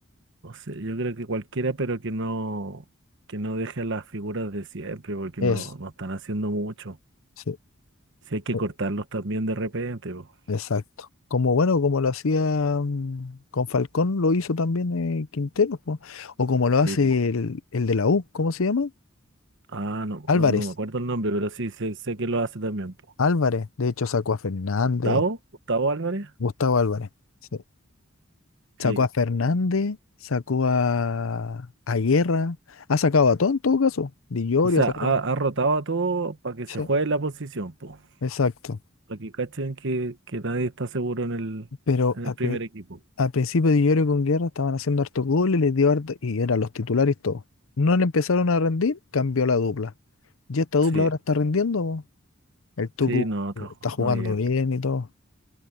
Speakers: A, on the right; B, on the left.
A: no sé yo creo que cualquiera, pero que no, que no deje a las figuras de siempre, porque
B: Es,
A: no, no están haciendo mucho.
B: sí,
A: Si hay que
B: o-
A: cortarlos también de repente, po.
B: exacto. Como bueno, como lo hacía mm, con Falcón, lo hizo también eh, Quintero, po. O como lo hace
A: Sí, po.
B: el, el de la U, ¿cómo se llama?
A: Ah, no,
B: Álvarez.
A: no me acuerdo el nombre, pero sí sé, sé que lo hace también, po.
B: Álvarez, de hecho sacó a Fernández,
A: ¿Octavo? ¿Octavo Álvarez?
B: Gustavo Álvarez. Sí. Sacó
A: Sí.
B: a Fernández, sacó a, a Guerra, ha sacado a todo en todo caso. Di Llorio
A: O sea,
B: ha sacado.
A: ha, ha rotado a todo para que
B: Sí,
A: se juegue la posición, po.
B: exacto.
A: Para que cachen que, que nadie está seguro en el,
B: Pero
A: en
B: al,
A: el primer
B: pri-
A: equipo.
B: al principio Di Llorio con Guerra estaban haciendo harto goles, les dio harto, y eran los titulares todos. No le empezaron a rendir, cambió la dupla. Y esta dupla
A: Sí,
B: ahora está rendiendo. po. El Tucu
A: sí, no, está
B: eh,
A: jugando
B: está jugando
A: bien.
B: bien y todo.